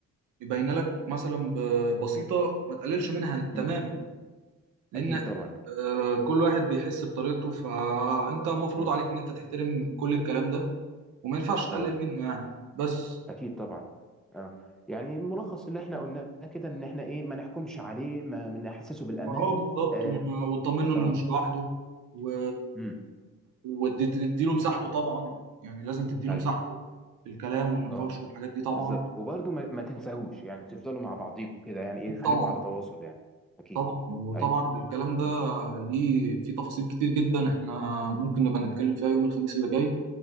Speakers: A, on the right; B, in the centre.
A: باينه لك مثلا ب- بسيطه ما تقللش منها
B: امم
A: تماما لان
B: اكيد طبعا
A: آه، كل واحد بيحس بطريقته فانت المفروض
B: امم
A: عليك ان انت تحترم كل الكلام ده وما ينفعش تقلل
B: اه
A: منه يعني بس
B: اكيد طبعا اه يعني ملخص اللي احنا قلناه كده ان احنا ايه ما نحكمش عليه ما ما نحسسه بالامان
A: وهو بالظبط
B: اه
A: وما- وتطمنه انه
B: اه
A: مش لوحده و...
B: امم
A: وتديله مساحته طبعا يعني لازم تديله
B: ايوه
A: مساحته في الكلام والنقاش
B: اه
A: والحاجات دي طبعا
B: بالظبط وبرضه ما, ما تنساهوش يعني تفضلوا مع بعضيكوا كده يعني ايه
A: اكيد
B: خليكوا
A: طبعا
B: على تواصل يعني اكيد
A: طبعا وطبعا
B: ايوه
A: الكلام ده
B: م.
A: ليه في تفاصيل كتير جدا احنا ممكن نبقى
B: م.
A: نتكلم فيها يوم الخميس اللي جاي